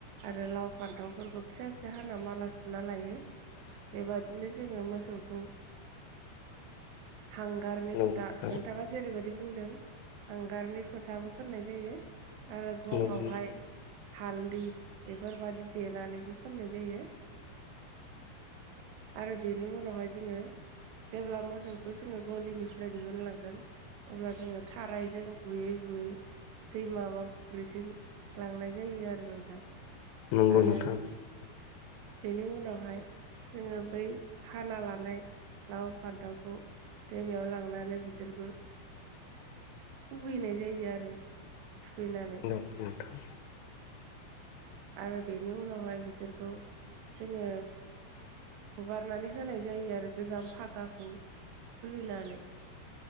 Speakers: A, on the right; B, on the left.
A: आरो लाव फान्थावफोरखौ फिसा फिसा हाना माला सुना लायो बेबादिनो जोङो मोसौखौ हांगारनि
B: नंगौ
A: फोथा
B: नोंथां।
A: नोंथाङा जेरैबायदि बुंदों हांगारनि फोथाबो फोननाय जायो आरो गङावहाय
B: नंगौ
A: हाल दि बेफोरबायदि देनानैबो फोननाय जायो। आरो बेनि उनावहाय जोङो जेब्ला मोसौखौ जोङो गलिनिफ्राय दिहुनलांगोन अब्ला जोङो थारायजों बुयै बुयै दैमा बा फुख्रिसिम लांनाय जायो आरो नोंथां
B: नंगौ
A: आरो
B: नोंथां
A: बेनि उनावहाय जोङो बै हाना लानाय लाव फान्थावखौ दैमायाव लांनानै बिसोरखौ खुबैनाय जायो आरो थुखैनानै
B: नंगौ नोंथां
A: आरो बेनि उनावहाय बिसोरखौ जोङो हगारनानै होनाय जायो आरो गोजाम फागाखौ खुलिनानै